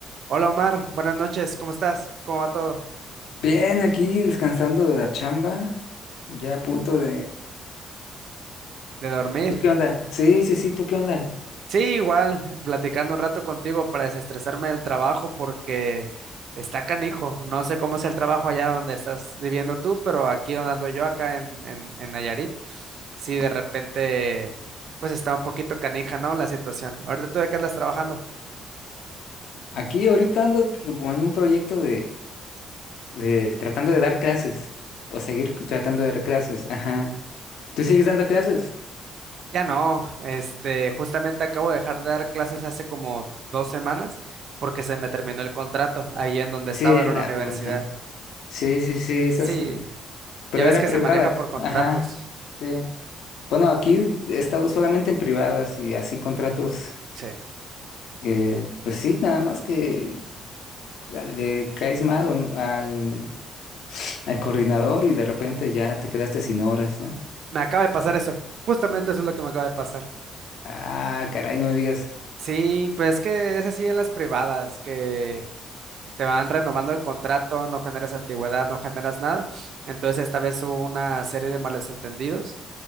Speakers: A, on the right; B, on the left.
A: Hola Omar, buenas noches, ¿cómo estás? ¿Cómo va todo?
B: Bien, aquí descansando de la chamba, ya a punto de...
A: ¿De dormir?
B: ¿Tú qué onda? Sí, sí, sí, ¿tú qué onda?
A: Sí, igual, platicando un rato contigo para desestresarme del trabajo porque está canijo. No sé cómo es el trabajo allá donde estás viviendo tú, pero aquí donde ando yo, acá en, en, en Nayarit, sí, de repente, pues está un poquito canija, ¿no? La situación. Ahorita tú de qué andas trabajando.
B: Aquí ahorita ando como en un proyecto de, de tratando de dar clases, o seguir tratando de dar clases, ajá. ¿Tú sigues dando clases?
A: Ya no, este, justamente acabo de dejar de dar clases hace como dos semanas porque se me terminó el contrato ahí en donde estaba,
B: Sí,
A: era
B: la
A: una universidad.
B: bronca. Sí, sí, sí, esas...
A: Sí.
B: Pero
A: Ya ves
B: era
A: que
B: privada,
A: se maneja por contratos.
B: ajá. Sí. Bueno, aquí he estado solamente en privadas y así contratos,
A: Sí.
B: eh, pues sí, nada más que al- le caes mal o no- al al coordinador y de repente ya te quedaste sin horas, ¿no?
A: Me acaba de pasar eso. Justamente eso es lo que me acaba de pasar.
B: Ah, caray, no me digas.
A: Sí, pues es que es así en las privadas, que te van renovando el contrato, no generas antigüedad, no generas nada. Entonces esta vez hubo una serie de malos entendidos